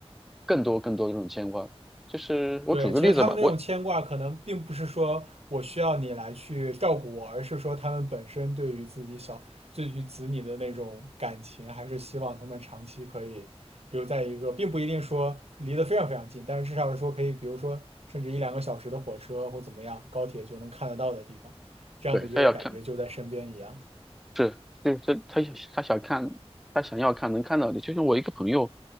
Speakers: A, in the centre; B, on the right (about 75°).
A: 更多更多的这种牵挂，就是我举个例子吧，
B: 对，其实他们那种牵挂，
A: 我
B: 可能并不是说我需要你来去照顾我，而是说他们本身对于自己小，对于子女的那种感情，还是希望他们长期可以留在一个，并不一定说离得非常非常近，但是至少说可以，比如说甚至一两个小时的火车或怎么样，高铁就能看得到的地方，这样子就会感觉就在身边一样。
A: 对他要看是，就是他他想他想看，他想要看能看到的。就像我一个朋友，